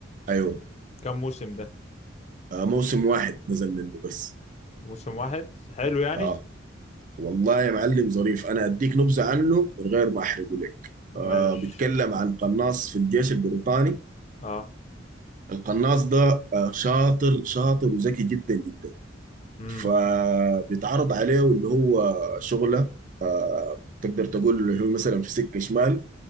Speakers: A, on the right (about 45°); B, on the left (about 35°).
A: ايوه
B: كم موسم ده
A: آه موسم واحد نزل منه بس
B: موسم واحد حلو يعني
A: اه والله يا معلم ظريف انا اديك نبذه عنه من غير ما احرقه لك آه
B: ماشي
A: بيتكلم عن قناص في الجيش البريطاني
B: اه
A: القناص ده آه شاطر شاطر وذكي جدا جدا
B: امم
A: فبيتعرض عليه اللي هو شغله آه تقدر تقول اللي هو مثلا في سكه شمال